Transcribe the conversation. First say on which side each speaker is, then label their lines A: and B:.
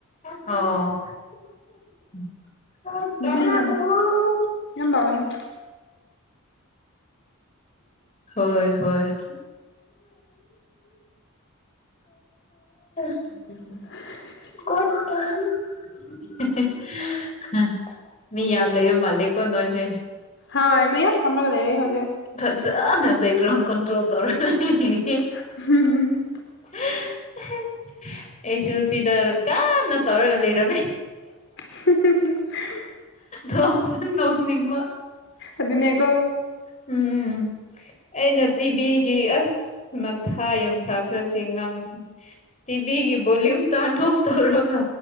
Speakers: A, on the left; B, on the left.
A: ꯑꯣ <unintelligible>
B: ꯑꯗꯨꯃꯥꯏꯅ ꯌꯥꯝ ꯕꯥꯎꯢ
A: ꯍꯣꯏ ꯍꯣꯏ <unintelligible>
B: <unintelligible>
A: <unintelligible> ꯃꯤ ꯌꯥꯝ ꯂꯩꯕ ꯃꯥꯜꯂꯦꯀꯣ ꯅꯣꯏꯁꯦ
B: ꯍꯣꯢ ꯃꯌꯥꯝ ꯐꯝꯃꯒ ꯂꯩꯔꯦ ꯍꯧꯖꯤꯛ
A: ꯐꯖꯅ ꯕꯦꯛꯒ꯭ꯔꯥꯎꯟ ꯀꯟꯇ꯭ꯔꯣꯜ ꯇꯧꯔ <unintelligible>
B: <unintelligible>
A: <unintelligible> ꯑꯩꯁꯨ ꯁꯤꯗ ꯀꯥꯟꯅ ꯇꯧꯔꯒ ꯂꯩꯔꯝꯃꯦ
B: <unintelligible>
A: ꯅꯣꯛꯁꯨ ꯅꯣꯛꯅꯤꯡꯕ
B: ꯑꯗꯨꯅꯦꯀꯣ
A: ꯎꯝ ꯑꯩꯅ ꯇꯤꯚꯤꯒꯤ ꯑꯁ ꯃꯊꯥ ꯌꯥꯝ ꯁꯥꯕ ꯁꯤ ꯑꯉꯥꯡꯁꯦ ꯇꯤꯕꯤꯒꯤ ꯕꯣꯜꯂꯨꯝ ꯇꯔꯥꯟ ꯑꯣꯕ ꯇꯧꯔꯒ